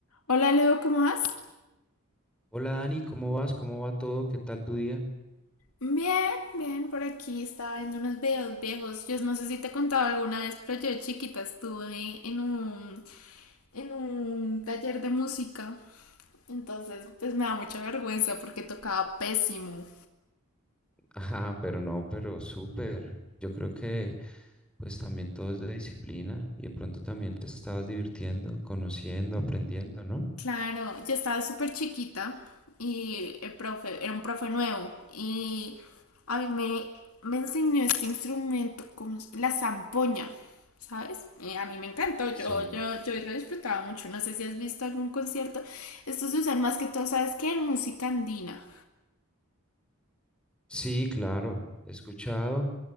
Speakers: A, on the left; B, in the centre.
A: Hola Leo, ¿cómo vas?
B: Hola Dani, ¿cómo vas? ¿Cómo va todo? ¿Qué tal tu día? <laughs>
A: Bien, bien, por aquí estaba viendo unos videos viejos. Yo no sé si te he contado alguna vez, pero yo de chiquita estuve en un, en un taller de música. Entonces, pues me da mucha vergüenza porque tocaba pésimo.
B: Ajá, pero no, pero súper. Yo creo que pues también todo es de disciplina y de pronto también te estabas divirtiendo, conociendo, aprendiendo, ¿no?
A: Claro, yo estaba súper chiquita y el profe era un profe nuevo y a mí me, me enseñó este instrumento como es- la zampoña, ¿sabes? Y a mí me encantó,
B: Sí.
A: yo, yo, yo lo disfrutaba mucho. No sé si has visto algún concierto. Estos se usan más que todo, ¿sabes qué? En música andina,
B: Sí, claro, he escuchado